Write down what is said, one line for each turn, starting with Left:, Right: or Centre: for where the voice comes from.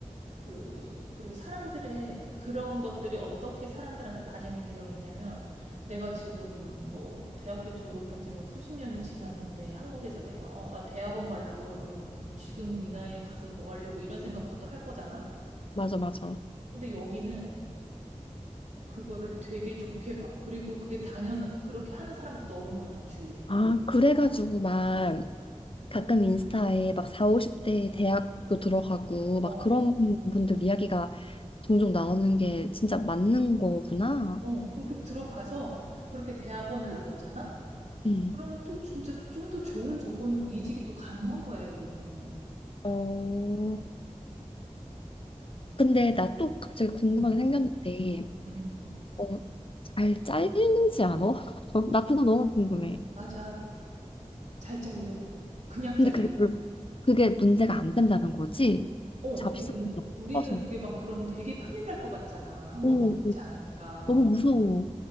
Right: 그, 그리고 사람들의 그런 것들이 어떻게 사람들한테 반영이 되어 있냐면, 내가 지금 뭐 대학교 졸업한 지 뭐 수십 년이 지났는데, 한국에서 내가, 어, 나 대학원 가려고요. 그러면 지금 네 나이에 가서 뭐 하려고 이런 생각부터 할 거잖아?
Left: 맞아, 맞아.
Right: 근데 여기는 그거를 되게 좋게 봐. 그리고 그게 당연, 그렇게 하는 사람도 너무 많아, 주위에.
Left: 아, 그래가지고 막 가끔 인스타에 막 4, 50대 대학교 들어가고
Right: 어,
Left: 막 그런 분들 이야기가 종종 나오는 게 진짜 맞는 거구나.
Right: 어, 그렇게 들어가서 그렇게 대학원을 나오잖아?
Left: 음.
Right: 그러면 또 진짜 좀 더 좋은 조건으로 이직이 또 가능한 거야, 여기는.
Left: 어, 근데 나 또 갑자기 궁금한
Right: 음,
Left: 게 생겼는데,
Right: 음.
Left: 어, 잘 잘리지 않아? <laughs> 나 그거 너무 궁금해.
Right: 맞아. 잘 잘려. 그냥
Left: 근데
Right: 잘려.
Left: 그게 별로- 그게 문제가 안 된다는 거지.
Right: 어,
Left: 잡식이
Right: 그게 문,
Left: 너무
Right: 우리는
Left: 커서.
Right: 그게 막 그러면 되게 큰일 날 것 같잖아. 한국은
Left: 오,
Right: 그렇지 않으니까.
Left: 너무 무서워.